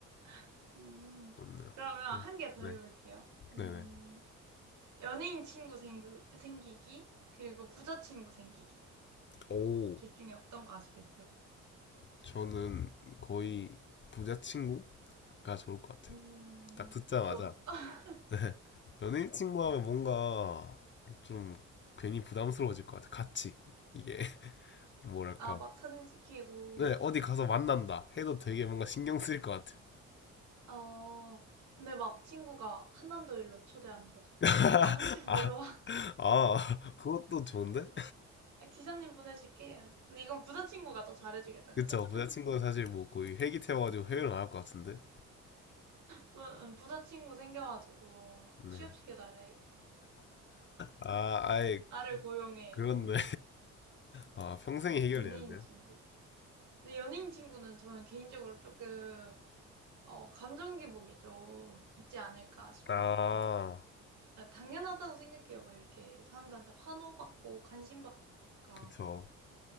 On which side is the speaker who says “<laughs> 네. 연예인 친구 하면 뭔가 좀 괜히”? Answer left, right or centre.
Left